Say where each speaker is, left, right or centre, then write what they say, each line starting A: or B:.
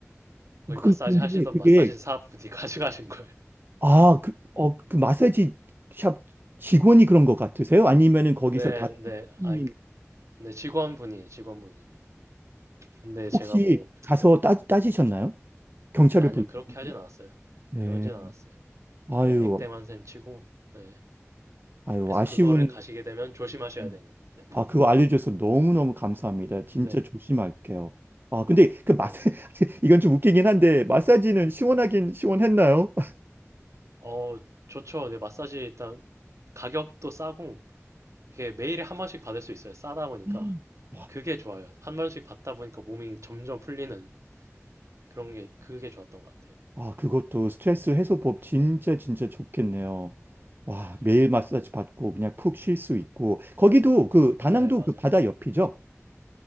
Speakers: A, on the right (about 75°); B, on the right (about 45°).
A: 거기
B: 그-
A: 마사지
B: 근데
A: 하시던
B: 그게,
A: 마사지 사분이 가져가신 거예요. <laughs>
B: 아, 그, 어, 그 마사지 샵 직원이 그런 것 같으세요? 아니면은 거기서
A: 네,
B: 다른
A: 네,
B: 손님,
A: 아, 그- 네, 직원분이, 직원분이. 근데
B: 혹시
A: 제가 뭐,
B: 가서 따, 따지셨나요?
A: 예,
B: 경찰을
A: 아니요,
B: 불렀는데?
A: 그렇게 하진 않았어요.
B: 네.
A: 그러진 않았어요.
B: 아유,
A: 그냥 액땜한 셈 치고, 네.
B: 아유,
A: 그래서
B: 아쉬운,
A: 그거를 가시게 되면 조심하셔야
B: 음.
A: 되는, 네.
B: 아, 그거 알려줘서 너무너무 감사합니다. 진짜
A: 네,
B: 조심할게요. 아, 근데 그
A: 네,
B: 마사,
A: 네,
B: <laughs> 이건 좀 웃기긴 한데, 마사지는 시원하긴
A: 네,
B: 시원했나요?
A: 네. 어, 좋죠. 네, 마사지 일단 가격도 싸고, 이게 매일에 한 번씩 받을 수 있어요. 싸다 보니까.
B: <laughs>
A: 그게 좋아요. 한 번씩 받다 보니까 몸이 점점 풀리는 그런 게, 그게 좋았던 것 같아요.
B: 아, 그것도 스트레스 해소법 진짜
A: 네.
B: 진짜 좋겠네요. 와,
A: 네.
B: 매일 마사지 받고 그냥 푹 쉴 수 있고. 거기도 그 다낭도
A: 네 맞아요.
B: 그 바다 옆이죠?